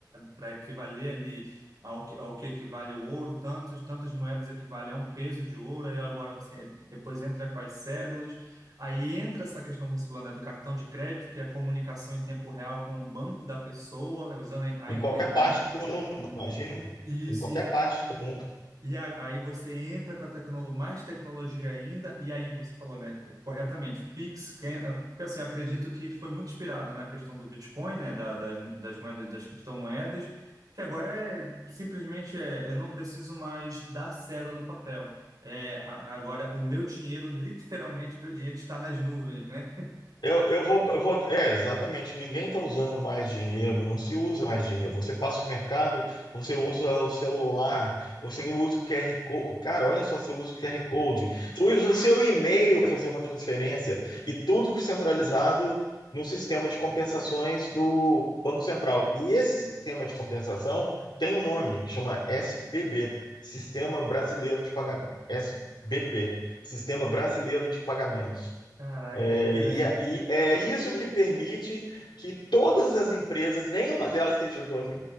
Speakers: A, on the right; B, on the left.
A: para equivaler ali ao, que- ao que equivale o ouro, tantos, tantas moedas equivale a um peso de ouro, aí agora você depois entra com as cédulas, aí entra essa questão, como você falou, né, do cartão de crédito, que é a comunicação em tempo real com o banco da pessoa, usando a
B: Em
A: a internet.
B: qualquer parte do mundo, imagina.
A: Isso,
B: Em qualquer parte do mundo.
A: e a- aí você entra com a tecnolo- mais tecnologia ainda, e aí você falou, né, corretamente, o Pix, quem- é, porque assim, eu acredito que foi muito inspirado na questão do Bitcoin, né, da- das, das moedas, das criptomoedas, que agora é simplesmente, é, eu não preciso mais da cédula do papel. É, a- agora o meu dinheiro, <laughs> literalmente, meu dinheiro está nas nuvens, né?
B: Eu, eu vou, eu vou. É, exatamente. Ninguém está usando mais dinheiro, não se usa mais dinheiro. Você passa o mercado, você usa o celular, você usa o QR Code. Cara, olha só, você usa o QR Code, você usa o seu e-mail para fazer uma transferência. E tudo centralizado no sistema de compensações do Banco Central. E esse
A: Sim.
B: sistema de compensação tem um nome, chama SPB, Sistema Brasileiro de Pagamento. SBP, Sistema Brasileiro de Pagamentos.
A: Caraca,
B: É,
A: interessante.
B: E, é, e é isso que permite que todas as empresas, nenhuma delas seja dona,